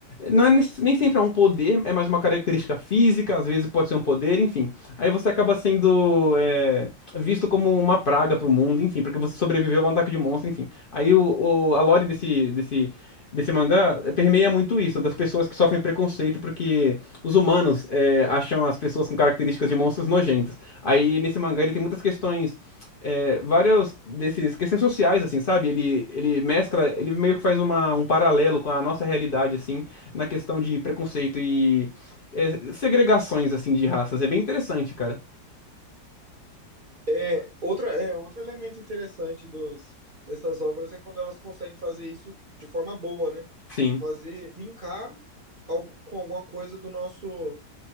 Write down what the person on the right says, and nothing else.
É, outra, é, outro elemento interessante dos, dessas obras é quando elas conseguem fazer isso de forma boa, né?
Fazer, linkar al- com alguma coisa do nosso